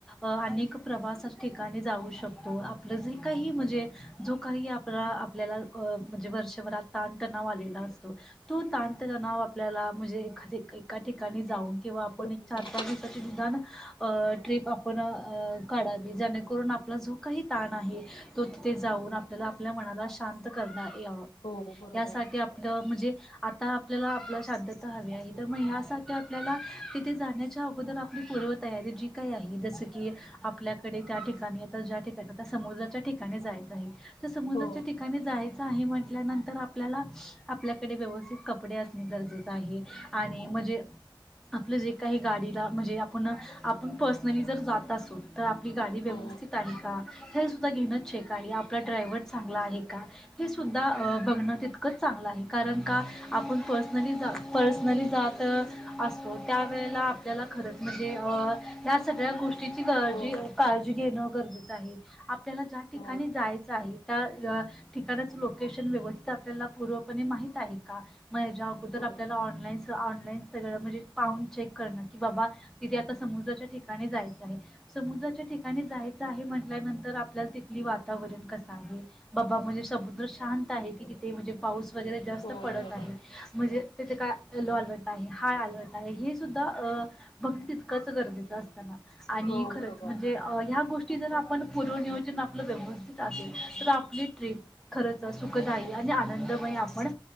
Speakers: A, in the centre; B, on the left (about 75°).
A: अनेक प्रवासच ठिकाणी जाऊ शकतो. आपलं जे काही म्हणजे जो काही आपला आपल्याला म्हणजे वर्षभरात ताणतणाव आलेला असतो तो ताणतणाव. आपल्याला म्हणजे एका ठिकाणी जाऊन किंवा आपण
B: हो
A: एक चार
B: हो
A: पाच दिवसाचे निदान अ ट्रिप आपण काढावी जेणेकरून आपला जों काही ताण आहे? तो तिथे जाऊन आपल्याला आपल्या मनाला शांत करता यावं
B: हो बरोबर
A: यासाठी आपण म्हणजे आता आपल्याला आपला शांतता हवी आहे तर मग यासाठी आपल्याला तिथे जाण्याच्या अगोदर आपली पूर्व तयारी जी काही आहे जसं की, आपल्याकडे त्या ठिकाणी आता ज्या ठिकाणी आता समुद्राच्या ठिकाणी जायचं आहे तर समुद्राच्या
B: हो
A: ठिकाणी जायचं आहे म्हटल्यानंतर आपल्याला आपल्याकडे व्यवस्थित कपडे असणे गरजेच आहे आणि म्हणजे आपलं जे काही गाडीला म्हणजे आपण आपण पर्सनली जर जात असो. तर आपली गाडी व्यवस्थित
B: हो हो
A: आहे का हे सुुद्धा घेणंच का आहे आपला ड्रायवर चांगला आहे का? हे सुद्धा बघण तितक. च चांगलं आहे कारण का आपण पर्सनली जा पर्सनली जात असतो त्यावेेळेला आपल्याला खरंच म्हणजे अ त्या सगळ्या गोष्टीची काळजी
B: हो
A: काळजी घेणं गरजेचं आहे? आपल्याला ज्या ठिकाणी
B: हो
A: जायचं आहे त्या ठिकानाचे लोकेशन व्यवस्थित आपल्याला पूर्वपणे माहित आहे का मग हयाच अगोदर
B: हो
A: आपल्याला ऑनलाईन ऑनलाईन सगळं म्हणजे पावून चेक करणं की बाबा तिथे आता समुद्राच्या ठिकाणी जायचं आहे? समुद्राच्या ठिकाणी जायचं आहे म्हटल्यानंतर आपल्याला तिथली वातावरण कस आहे? बाबा म्हणजे समुद्र शांत आहे की तिथे म्हणजे पाऊस वगैरे जास्त
B: हो
A: पडत
B: बरोबर
A: आहे म्हणजे तिथे काय लो अलर्ट आहे हाय अलर्ट आहे हे सुद्धा अ बघ न तितकंच गरजेचं असता ना आणि
B: हो
A: खरच
B: बरोबर
A: म्हणजे ह्या गोष्टी जर आपण पूर्वनियोजन आपलं व्यवस्थित असेल तर आपली ट्रीप. खरंच सुखदायी आणि आनंदमय आपण